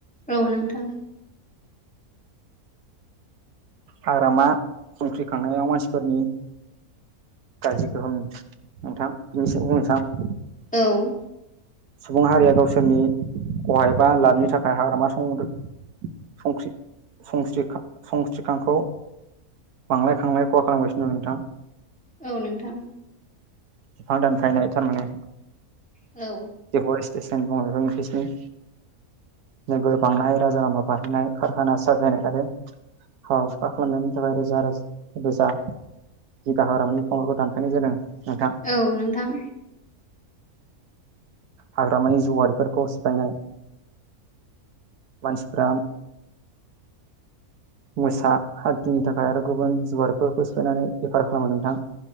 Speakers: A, in the centre; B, on the right (about 85°).
A: औ नोंथां
B: हाग्रामा जंख्रि खांनायाव मानसिफोरनि। गाज्रि गोहोम नोंथां बिनि सायाव बुं नोंथां।
A: औ
B: सुबुं हारिया गावसोरनि खहा एबा लाबनि थाखाय हाग्रामा संदो संख्रि संस्रिखा संस्रिखांखौ। बांलाय खांलाय खहा खालामगासिनो दं नोंथां।
A: औ नोंथां
B: बिफां दानफायनाय थारमाने।
A: औ
B: जेबर स्तेसन बुङो बेखौ इनटेसननि। नोगोर बांनाय राजा लामा बारहोनाय खारखाना साजायनाय आरो फावखा खालामनायनि थाखाय रोजा रोजा रोजा जि गाहारामानि बिफांफोरखौ दानफायनाय जादों नोंथां।
A: औ नोंथां
B: हाग्रामानि जिउआरिफोरखौ सिफायनाय मानसिफ्रा। मोसा हाथिनि थाखाय आरो गुबुन जुवारफोरखौ सिफायनानै बेफार खालामो नोंथां।